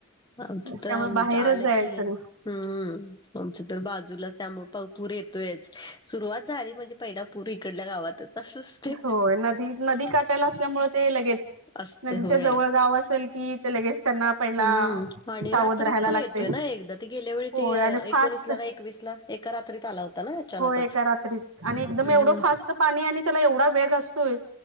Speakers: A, on the left (about 20°); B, on the right (about 80°).
A: आमच्या तर
B: त्यामुळे
A: आम
B: बाहेरच
A: आलं
B: जायचं
A: की
B: नाही
A: हम्म आमचं तर बाजूला त्यामुळे प पुर येत सुरुवात झाली म्हणजे पहिला पूर इकडल्या गावातच. असं असते
B: होय नदी नदी का. असल्यामुळे ते लगेच
A: असते
B: नदीच्या
A: होय
B: जवळ गाव असेल की ते लगेच त्यांना. पहिला
A: हम्म आणि
B: सावध
A: रात्रीत
B: राहायला
A: पण
B: लागते
A: येतोय ना एकदा ती गेल्या वेळी
B: होय
A: ते
B: आणि
A: एकोणीस
B: फास्ट
A: ला का एकवीस ला एका रात्रीत आला ना अचानकच
B: हो एका रात्रीत. आणि एकदम
A: हम्म
B: एवढं फास्ट पाणी आणि त्याला एवढा वेग असतोय